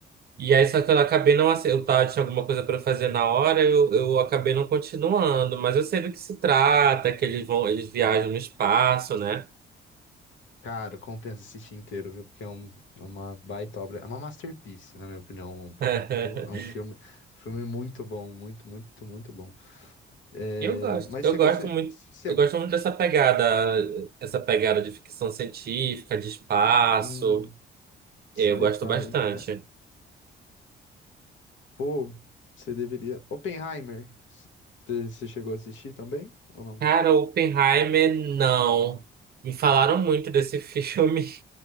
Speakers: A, on the right; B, on the left.
A: E aí, só que eu acabei não ace- eu tava, tinha alguma coisa pra fazer na hora, eu, eu acabei não continuando, mas eu sei do que se trata, que eles vão, eles viajam no espaço, né?
B: Cara, compensa assistir inteiro, viu? Porque é um, é uma baita obra, é uma masterpiece, na minha opinião.
A: <laughs>
B: Pô, é um filme, filme muito bom, muito, muito, muito bom. É,
A: Eu gosto,
B: mas
A: eu
B: você
A: gosto
B: gosta...
A: muito,
B: Você,
A: eu gosto muito dessa pegada, essa pegada de ficção científica, de espaço.
B: hum,
A: Eu
B: sci-fi...
A: gosto bastante.
B: é, Pô, você deveria. Oppenheimer, você você chegou a assistir também ou não?
A: Cara, Oppenheimer, não. Me falaram muito desse <laughs> filme.